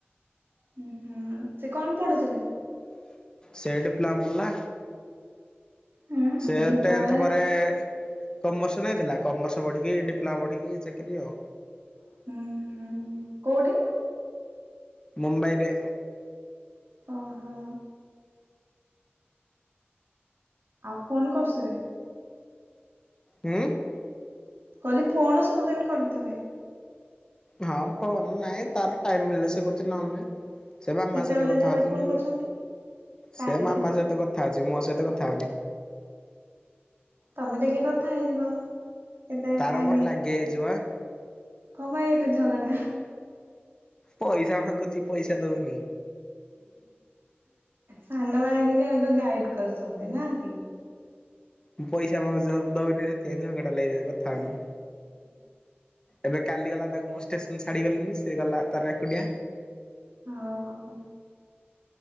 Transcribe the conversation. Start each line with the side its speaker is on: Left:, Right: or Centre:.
Right: ଉ ହୁଁ ସେ କଣ ପଢ଼ୁଥିଲେ?
Left: ସେ ଏଇ ଡିପ୍ଲୋମା ପଢ଼ିଲା
Right: ହୁଁ
Left: ସେ
Right: ଦୀପମାଳି
Left: ଟେନ୍ଥ୍ ପରେ କମର୍ସ ନେଇ ଥିଲା କମର୍ସ ପଢି଼କି ଡିପ୍ଲୋମା ପଢି଼କି ଚାକିରି ଆଉ।
Right: ହୁଁ ହୁଁ କୋଉଠି?
Left: ମୁମ୍ବାଇରେ।
Right: ଓହୋଃ। ଆଉ ଫୋନ୍ କରୁସେ?
Left: ହଁ?
Right: କହିଲି ଫୋଣ ସବୁଦିନ କରୁଥିବେ?
Left: ହଁ ଫୋନ ନାଇଁ ତାର ଟାଇମ ମିଳିଲେ ସେ କରୁଛି ନହେଲେ ନାହିଁ। ସେ ମାମା
Right: କେତେବେଳେ
Left: ସହିତ କଥା
Right: ଯାହାହେଲେ
Left: ହଉଛି
Right: ଫୋନ
Left: ମୁ
Right: କରୁଛନ୍ତି ଟାଇମ
Left: ସେ
Right: ହେଲେ
Left: ମାମା ସହିତ କଥା ହଉଛି ମୋ ସହିତ କଥା ହଉନି।
Right: ତମେ ଟିକେ କଥା ହେଇଯିବ। କେତେବେଳେ
Left: ତାର
Right: ଟାଇମ
Left: ମୋର ଲାଗି ଯାଇଛୁ ବା।
Right: କଣ ପାଇଁ ଏତେ ଝଗଡ଼ା?
Left: ପଇସା ମାଗୁଛି ପଇସା ଦଉନି।
Right: ସାନ ଭାଇ ଆଗ ଗାଇଡ଼୍ କରୁଛନ୍ତି ନା କି?
Left: ମୁଁ ପଇସା ମାଗୁଛି ସିଏ ମତେ ଦଉନି ସେଥିପାଇଁ ଝଗଡ଼ା ଲାଗିଛୁ ଆଉ କଥା ହଉନୁ। ଏବେ କାଲି ଗଲା ତାକୁ ମୁଁ ଷ୍ଟେସନ ଛାଡ଼ି ଗଲିନି ସେ ଗଲା ତାର ଏକୁଟିଆ।
Right: ଓଃ।